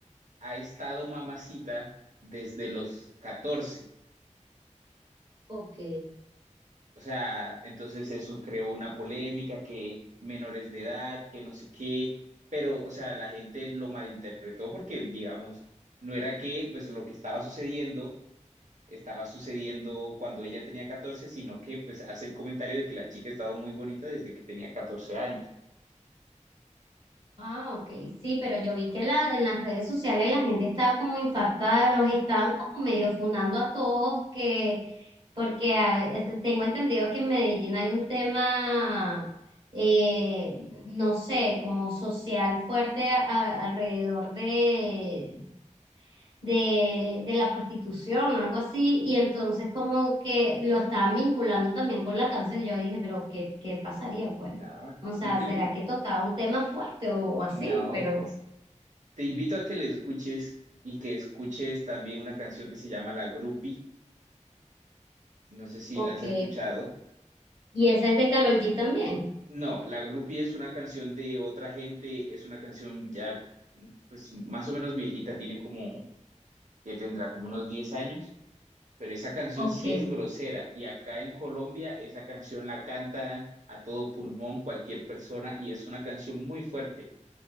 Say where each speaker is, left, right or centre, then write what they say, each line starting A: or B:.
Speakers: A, on the right; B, on the right.
A: ha estado mamacita desde los 14.
B: Ok.
A: O sea, entonces eso creó una polémica que menores de edad, que no sé qué, pero o sea, la gente lo malinterpretó porque digamos, no era que pues lo que estaba sucediendo estaba sucediendo cuando ella tenía 14, sino que pues hace el comentario de que la chica estaba muy bonita desde que tenía catorce años.
B: Ah, ok, sí, pero yo vi que la, en las redes sociales la gente estaba como infartada, los estaban como medio fundando a todos, que porque ah, este, tengo entendido que en Medellín hay un tema, eh, no sé, como social fuerte a- alrededor de, de, de la prostitución o algo así, y entonces como que lo estaban vinculando también con la canción, yo dije, pero ¿qué, qué pasaría pues?
A: No,
B: O sea,
A: yo creo
B: ¿será
A: que
B: que tocaba un tema fuerte o, o
A: no.
B: así? Pero,
A: Te invito a que le escuches y que escuches también una canción que se llama La Grupi. No sé si
B: ok.
A: la has escuchado.
B: ¿Y esa es de Karol G también?
A: No, La Grupi es una canción de otra gente, es una canción ya pues más o menos viejita, tiene como que tendrá como unos 10 años pero esa canción
B: Ok,
A: sí es grosera y acá en Colombia esa canción la canta a todo pulmón cualquier persona y es una canción muy fuerte.